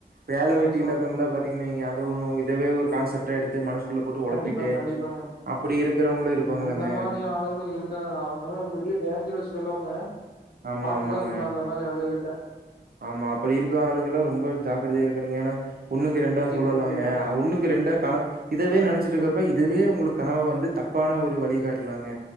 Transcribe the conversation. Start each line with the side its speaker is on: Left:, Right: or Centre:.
Right: வேல
Left: சொல்லுங்க
Right: வெட்டி
Left: சொல்லுங்க
Right: இல்லாதவங்களா பாத்தீங்கன்னுவைங்க அத ஒண்ணு இதவே ஒரு கான்செப்டா எடுத்து மனசுக்குள்ள போட்டு ஒழப்பிட்டு
Left: கண்டிப்பாங்க கண்டிப்பாங்க
Right: அப்டி இருக்கிறவங்களு இருப்பாங்கல்லங்க
Left: அந்த மாதிரி ஆளுகளு இருக்காங்க அவங்களா பெரிய டேஞ்சர் சொல்லுவங்க
Right: ஆமா
Left: பாத்துதா
Right: ஆமாங்க
Left: இருக்கணு அந்த மாரி ஆளுங்கிட்ட
Right: ஆமா அப்டி இருக்க ஆளுகள்லா ரொம்ப ஜாக்கிரதையா இருக்கணுங்க ஏனா ஒன்னுக்கு ரெண்டா
Left: கண்டிப்பா
Right: சொல்லலாங்க
Left: கண்டிப்பாங்க
Right: ஒன்னுக்கு ரெண்டா கண இதவே நெனச்சட்டு இருக்கப்ப இதுவே உங்களுக்கு கனவ வந்து தப்பான ஒரு வழிகாட்லாங்க